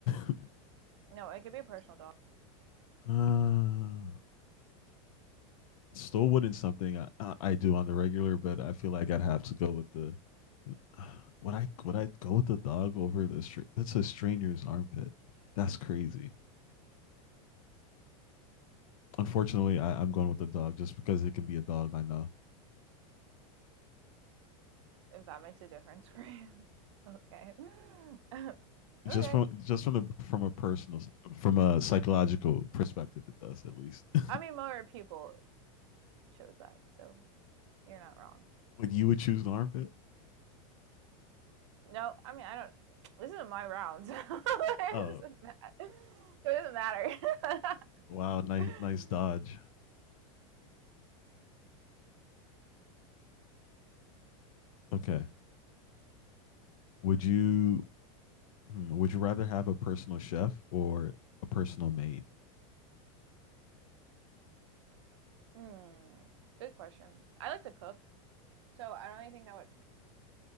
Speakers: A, on the left; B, on the right.
A: <laughs>
B: No, it could be a personal dog
A: Uh, Still wouldn't something I, I do on the regular, but I feel like I'd have to go with the. <sighs> Would I would I go with the dog over the str? that's a stranger's armpit? That's crazy. Unfortunately, I, I'm going with the dog just because it can be a dog I know.
B: if that makes a difference for you. <laughs> okay. <laughs> okay.
A: Just from just from the from a personal from a psychological perspective, it does at least. <laughs>
B: I mean, more people chose that, so you're not wrong.
A: Would you would choose an armpit?
B: No, I mean, I don't. This isn't my round, so <laughs> it
A: Oh
B: doesn't matter. So it doesn't matter.
A: wow, nice
B: <laughs>
A: nice dodge. <laughs> okay, Would you hmm, would you rather have a personal chef or a personal maid?
B: Hmm, good question. I like to cook, so I don't really think that would